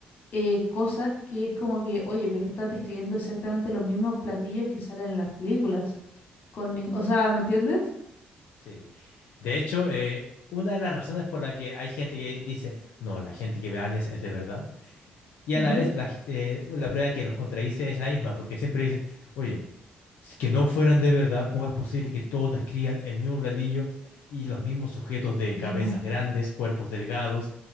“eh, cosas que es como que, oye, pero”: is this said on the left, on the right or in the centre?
Left